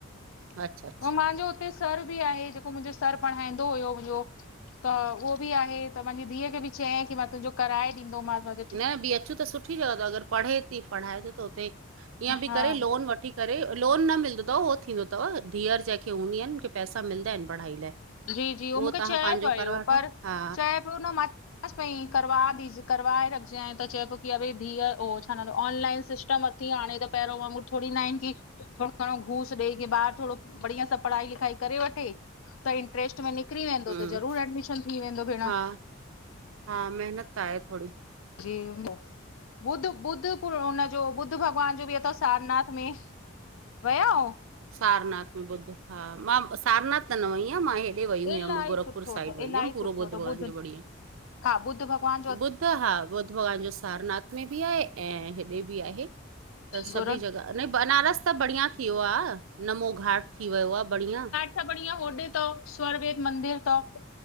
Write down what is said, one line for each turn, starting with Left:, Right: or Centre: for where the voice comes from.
Right: अच्छा अच्छा
Left: अ मुंहिंजो उते सर बि आहे जेको मुंहिंजो सर पढ़ाईंदो हुयो उहो त उहो बि आहे, कि मुंहिंजी धीउ खे बि चयईं की मां तुंहिंजो किरायो ॾींदोमांस।
Right: न बि अचूं त सुठी अथव। अगरि पढ़े थी पढायोस थो, त उते किअं
Left: हा
Right: बि करे लोन वठी पर लोन न मिलंदो अथव, उहो थींदो अथव, धीअर जंहिंखे हूंदी आहिनि उखे पैसा मिलंदा आहिनि पढ़ाई लाइ।
Left: जी- जी उहो मूंखे
Right: तव्हां
Left: चए
Right: पंहिंजो
Left: पियो,
Right: करे वठो
Left: पर
Right: हा
Left: चए पियो न मां बस बई कर्वा दीजीय, कर्वाइे रखज, त चएीअ पेयो कि अरे दीअ ओ छा नालो ऑनलन सेश स्ट मथी आाणे त पहिरं वांगुरु थोरी ना आहिनि की थोरो घणो घूस ॾेई की ॿार थोरो बढ़िया सां पढ़ाई लिखाई करे वठे त इन्टरेशट में निकिरी वेंदो
Right: हम्म
Left: त ज़रूर एडमिशन थी वेंदो भेण।
Right: हा हा महिनत त आहे थोरी।
Left: जेपो बुध- बुध पूरो हुनजो, बुद्ध भॻवान जो बि अथव सारनाथ। में वया हो?
Right: सारनाथ में बुद्ध हा, मां। सारनाथ त न वई आहियां मां हे हिते वई हुमि,
Left: इलाही
Right: गोरखपुर
Left: सुठो
Right: साइड
Left: अथव
Right: वई
Left: इलाही
Right: हुमि, पूरो
Left: सुठो
Right: बुद्ध
Left: अथव
Right: भगवान
Left: ॿुध
Right: जो बढिया
Left: हा। बुद्ध भगवान
Right: बुद्ध हा बुद्ध भॻवान जो सारनाथ में बि आहे। ऐं हेॾे बि आहे। अब सभी
Left: गुरूनि
Right: जॻह अपनी न बनारस त बढ़िया थी वियो आहे। नमो घाट थी वियो आहे बढ़िया।
Left: सबखां बढिया होॾे त स्वरवेद मंदिर तव,